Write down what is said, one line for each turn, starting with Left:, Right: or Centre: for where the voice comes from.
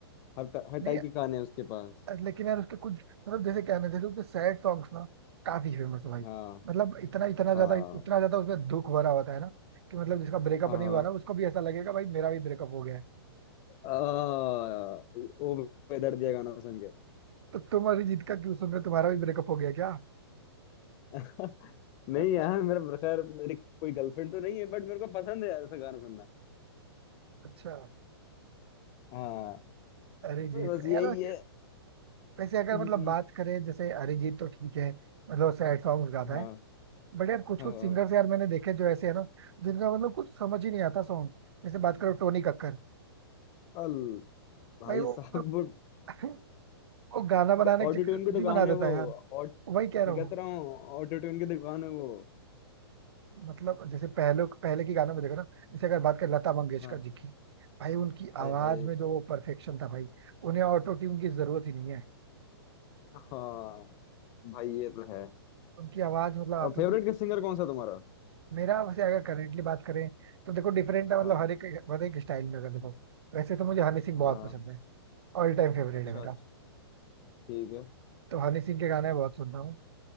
Left: हर ट- हर
Right: नहीं
Left: टाइप के गाने हैं उसके पास
Right: लेकिन यार उसके कुछ मतलब जैसे क्या है ना जैसे उसके सैड सॉन्ग्स ना काफी फेमस है भाई
Left: हाँ
Right: मतलब इतना इतना ज्यादा
Left: हाँ
Right: इतना ज्यादा उसमें दुख भरा होता है ना कि मतलब जिसका ब्रेकअप
Left: हाँ
Right: नहीं हुआ ना उसको भी ऐसा लगेगा भाई मेरा भी ब्रेकअप हो गया है
Left: आ, ओ बेदर्द दिया गाना सुन के
Right: तो तुम अरिजीत का क्यों सुन रहे हो तुम्हारा भी ब्रेकअप हो गया क्या
Left: <laughs> नहीं
Right: <laughs>
Left: यार मेरा खैर मेरी कोई गर्लफ्रेंड तो नहीं है बट मेरे को पसंद है यार ऐसा गाना सुनना
Right: अच्छा
Left: हाँ
Right: अरिजीत
Left: बस
Right: यार
Left: यही
Right: वैसे
Left: है
Right: वैसे अगर
Left: हम्म,
Right: मतलब बात करें जैसे अरिजीत तो ठीक है मतलब सैड सॉन्ग गाता
Left: हाँ
Right: है बट यार कुछ
Left: हाँ
Right: कुछ
Left: हाँ।
Right: सिंगर्स यार मैंने देखे जो ऐसे है ना जिनका मतलब कुछ समझ ही नहीं आता सॉन्ग जैसे बात करो टोनी कक्कर
Left: अल भाई
Right: भाई वो
Left: साहब
Right: मतलब
Left: <laughs>
Right: <laughs> वो गाना बनाने
Left: ऑटो
Right: के चक्कर
Left: ट्यून
Right: में कुछ
Left: की दुकान
Right: भी बना देता
Left: है वो
Right: है यार
Left: ऑट
Right: वही कह रहा
Left: मैं
Right: हूँ
Left: कहता रहा हूँ ऑटो ट्यून की दुकान है वो
Right: मतलब जैसे पहले पहले के गानों में देखो ना जैसे अगर बात करें लता मंगेशकर
Left: हाँ
Right: जी की भाई उनकी
Left: हाय
Right: आवाज
Left: हाय
Right: में जो वो परफेक्शन था भाई उन्हें ऑटो ट्यून की जरूरत ही नहीं है
Left: हाँ भाई ये तो है
Right: उनकी आवाज मतलब आपस
Left: और फेवरेट
Right: में
Left: किस सिंगर कौन सा तुम्हारा
Right: मेरा वैसे अगर करेंटली बात करें तो देखो डिफरेंट है मतलब
Left: हाँ
Right: हर एक हर एक स्टाइल में अगर देखो वैसे तो मुझे हनी सिंह बहुत
Left: हाँ
Right: पसंद है ऑल टाइम फेवरेट
Left: अच्छा
Right: है मेरा
Left: अच्छा ठीक है
Right: तो हनी सिंह के गाने बहुत सुनता हूँ